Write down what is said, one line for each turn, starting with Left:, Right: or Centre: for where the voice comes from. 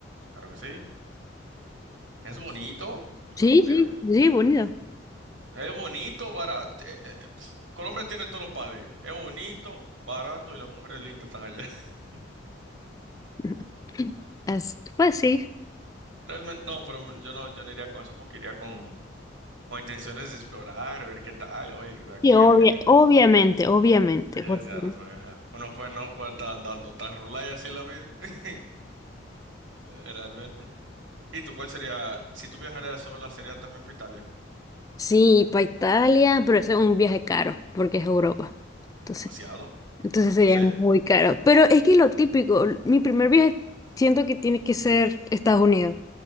Right: Claro que sí. Es bonito, Colombia.
Left: Sí, sí, sí, bonito.
Right: Es bonito, barato. eh, eh, eh, pf, Colombia tiene todos los pales. Es bonito, barato y las mujeres lindas están allá. <laughs>
Left: <laughs> Así- pues sí.
Right: Realmente no, pero yo no, yo no iría con eso porque iría con, con intenciones de explorar, ver qué tal. Oye, aquí
Left: Sí, obvia-
Right: es petit.
Left: obviamente, obviamente,
Right: Es
Left: porque
Right: claro, porque, ajá, uno pues no puede estar andando tan rulay así en la vida. <laughs> Eh, Realmente. ¿Y tú cuál sería? Si tú viajaras sola, ¿sería también por Italia?
Left: Sí, para Italia, pero eso es un viaje caro, porque es Europa. Entonces,
Right: Demasiado.
Left: entonces sería
Right: Entonces,
Left: muy caro. Pero es que lo típico, mi primer viaje siento que tiene que ser Estados Unidos,